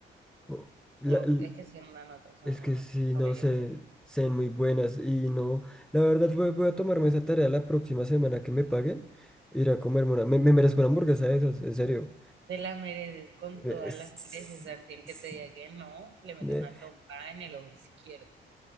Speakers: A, in the centre; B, on the right.
A: o- la-
B: No,
A: l-
B: es que son una nota, son
A: es
B: una
A: que
B: nota.
A: sí,
B: ¿Para
A: no
B: qué?
A: sé,
B: Pero
A: sé muy buenas y no, la verdad voy, voy a tomarme esa tarea la próxima semana que me paguen, ir a comerme una, me, me merezco una hamburguesa de esas, en serio.
B: te la mereces con
A: Es-
B: todas las creces. Santi, el
A: es-
B: que te diga que no, le metes
A: eh,
B: una trompa en el ojo izquierdo.